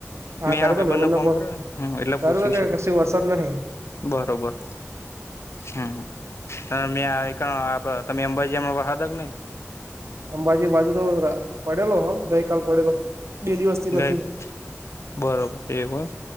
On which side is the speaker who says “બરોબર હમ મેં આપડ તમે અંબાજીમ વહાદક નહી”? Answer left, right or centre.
Left